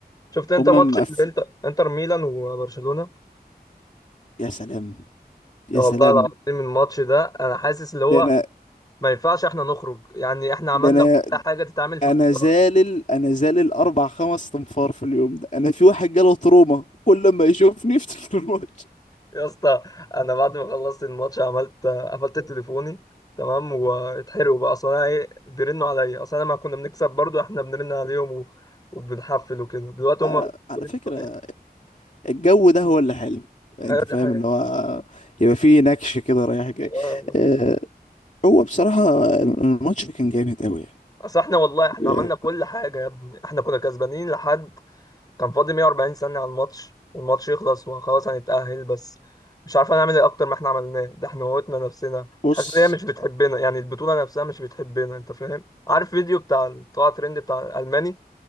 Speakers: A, on the left (about 20°); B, on the left (about 45°).
A: شفت أنت
B: هما
A: ماتش
B: مقف...
A: الإنتر إنتر ميلان وبرشلونة
B: يا سلام يا
A: والله
B: سلام
A: العظيم الماتش ده أنا حاسس اللي
B: ده
A: هو
B: انا
A: ما ينفعش إحنا نخرج يعني إحنا عملنا
B: ده انا
A: كل حاجة تتعمل في
B: انا
A: الكورة
B: زالل انا زالل اربع خمس تنفار في اليوم ده انا في واحد جاله تروما كل ما يشوفني يفتكر الماتش
A: يا اسطى انا بعد ما خلصت الماتش عملت قفلت تليفوني تمام واتحرقوا بقى اصل انا ايه بيرنوا عليا اصل انا ما كنا بنكسب برضو احنا بنرن عليهم و... وبنحفل وكده دلوقتي هم
B: آه على
A: بيرنوا
B: فكرة
A: عليا.
B: الجو ده هو اللي حلو انت
A: ايوه
B: فاهم
A: دي حاجه
B: اللي هو يبقى فيه نكش كده رايح جاي
A: آه.
B: آه هو بصراحة الماتش كان جامد قوي يعني
A: اصل احنا والله احنا
B: يعني
A: عملنا كل حاجه يا ابني احنا كنا كسبانين لحد كان فاضل 140 ثانية على الماتش والماتش يخلص وخلاص هنتأهل بس مش عارفة نعمل ايه اكتر ما احنا عملناه ده احنا موتنا نفسنا
B: بص
A: تحس ان هي مش بتحبنا يعني البطولة نفسها مش بتحبنا انت فاهم عارف فيديو بتاع طلع ترند بتاع الألماني